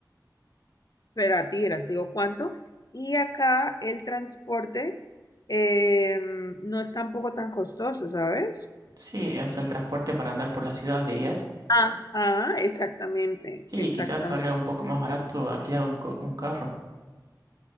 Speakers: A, on the left; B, on the right.
A: pero a ti, verás, te digo cuánto. Y acá el transporte eh, no es tampoco tan costoso, ¿sabes?
B: Sí, o sea, el transporte para andar por la ciudad, dirías.
A: Ajá, exactamente,
B: Sí,
A: exactamente.
B: quizás salga un poco más barato alquilar un, co- un carro,